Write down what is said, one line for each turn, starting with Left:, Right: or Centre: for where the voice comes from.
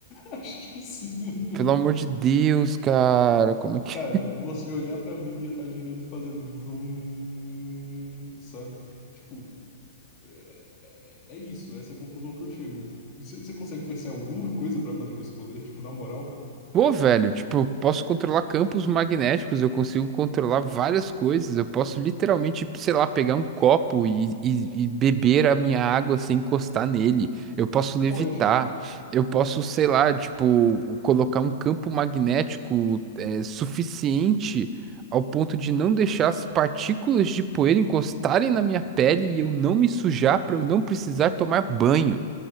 Left: Acho que sim.
Right: Pelo amor de Deus, cara. Como é que.
Left: Cara, você olhar pra mim, eu ia estar girando, fazendo vrum, sabe? Tipo, é é isso, essa é a conclusão que eu chego. Você, você consegue pensar em alguma coisa pra fazer com esse poder, tipo, na moral?
Right: Pô, velho, tipo, eu posso controlar campos magnéticos, eu consigo controlar várias coisas, eu posso literalmente, sei lá, pegar um copo e, e- e beber a minha água sem encostar nele, eu posso levitar,
Left: Pode.
Right: eu posso, sei lá, tipo, colocar um campo magnético é, suficiente ao ponto de não deixar as partículas de poeira encostarem na minha pele e eu não me sujar para eu não precisar tomar banho.